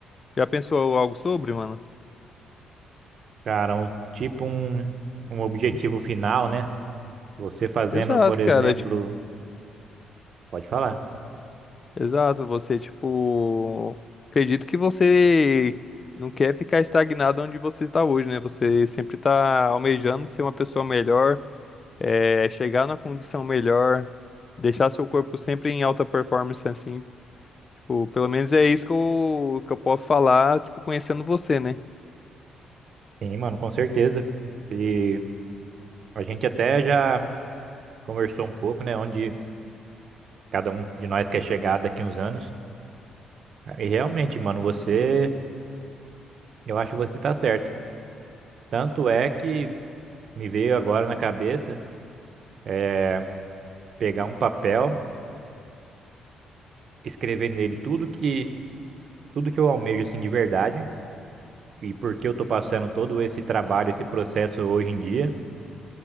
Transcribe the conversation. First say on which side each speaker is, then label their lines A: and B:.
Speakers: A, on the left; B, on the right.
A: Já pensou algo sobre, mano?
B: Cara, um, tipo um, um objetivo final, né? Você fazendo,
A: Exato,
B: por exemplo,
A: cara. tipo,
B: pode falar.
A: exato. Você, tipo, acredito que você não quer ficar estagnado onde você está hoje, né? Você sempre tá almejando ser uma pessoa melhor é, chegar na condição melhor, deixar seu corpo sempre em alta performance, assim, tipo, pelo menos é isso que eu, que eu posso falar, tipo, conhecendo você, né?
B: Sim, mano, com certeza. E a gente até já conversou um pouco, né? Onde cada um de nós quer chegar daqui uns anos. E realmente, mano, você, eu acho que você tá certo. Tanto é que me veio agora na cabeça é, pegar um papel, escrever nele tudo que tudo que eu almejo assim de verdade e por que eu tô passando todo esse trabalho, esse processo hoje em dia